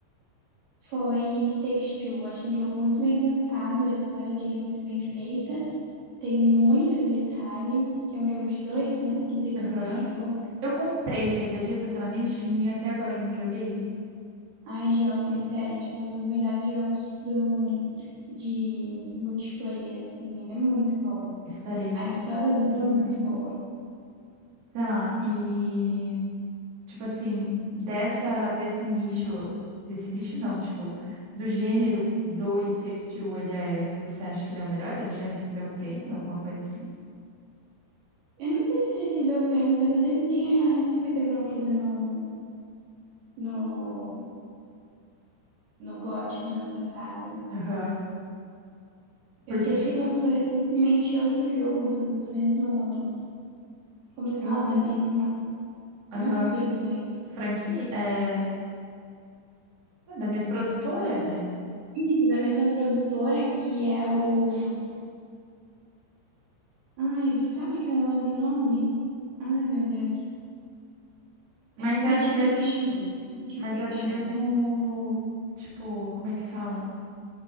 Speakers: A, on the right (about 55°); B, on the right (about 35°).
A: foi It Takes Two. Acho um jogo muito bem pensado, a história dele é muito bem feita, tem muito detalhe, que é um jogo de dois, né? Não sei se
B: Aham.
A: você já jogou.
B: Eu comprei, você acredita? Tá na minha Steam, e até agora eu não joguei.
A: Ai, jogue, sério, tipo, um dos melhores jogos do, de multiplayer, assim, ele é muito bom.
B: Estarei
A: A
B: co-
A: história dele
B: jogando.
A: é muito boa.
B: Tá, e... tipo assim, dessa, desse nicho, desse nicho não, tipo, do gênero do It Takes Two, ele é, você acha que ele é o melhor? Ele já recebeu um prêmio, alguma coisa assim?
A: Eu não sei se ele recebeu o prêmio, talvez ele tenha recebido alguma coisa no, no, no GOT do ano passado.
B: Aham, Porque,
A: Eu sei
B: tipo,
A: que lançou recentemente outro jogo do, do mesmo. Como que
B: um,
A: fala? Da mesma.
B: aham,
A: Não é fabricante.
B: Franquia é, é da mesma produtora,
A: é
B: né?
A: Isso, da mesma produtora que é o. Ai, sabe que eu não lembro o nome? Ai, meu Deus.
B: Mas
A: É Split
B: é do mesmo,
A: Fiction. Split
B: mas
A: Fiction.
B: é do mesmo, tipo, como é que fala?